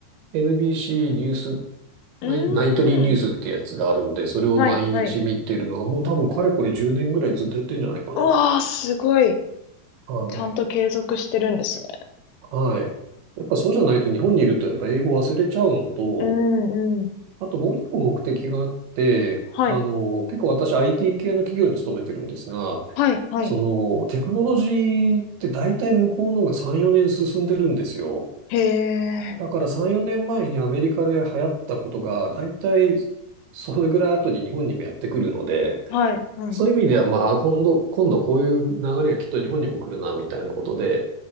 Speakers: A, on the right; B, on the left.
A: NBC ニュース
B: うーん。
A: ナイ、ナイトリーニュースってやつがあるんで、それを毎日見てるのは、
B: はいはい。
A: もう多分かれこれ10年ぐらいずっとやってんじゃないかな。
B: うわあ、すごい。
A: はい。
B: ちゃんと継続してるんですね。
A: はい。やっぱそうじゃないと日本にいるとやっぱ英語忘れちゃうのと、
B: うんうん。
A: あともう一個目的があって、
B: はい。
A: あの、結構私 IT 系の企業に勤めてるんですが、
B: はいはい。
A: そのテクノロジーって大体向こうの方が3、4年進んでるんですよ。
B: へえ。
A: だから3、4年前にアメリカで流行ったことが大体それぐらい後に日本にもやってくるので、
B: はいはい。
A: そういう意味では、まあ、あ今度、今度こういう流れがきっと日本にも来るな、みたいなことで、